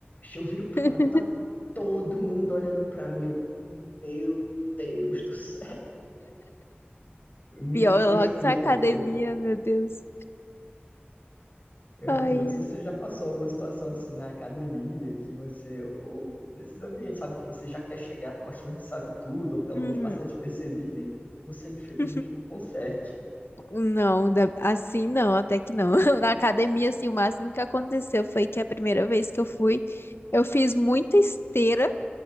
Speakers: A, on the left (about 45°); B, on the left (about 75°).
A: Eu viro
B: <laughs>
A: pro lado, tá todo mundo olhando para mim. Eu, meu Deus do céu! Muito
B: Pior,
A: constrangedor.
B: logo na academia, meu Deus.
A: Eu
B: Ai,
A: realmente não sei
B: ai.
A: se você já passou alguma situação assim na academia, que você, ou nesses ambientes, sabe, que você já quer chegar mostrando que sabe tudo, ou pelo
B: Hum.
A: menos passar despercebido, e você infelizmente
B: <laughs>
A: não consegue.
B: Não, da- assim não, até que não. <laughs> Na academia, assim, o máximo que aconteceu foi que a primeira vez que eu fui, eu fiz muita esteira.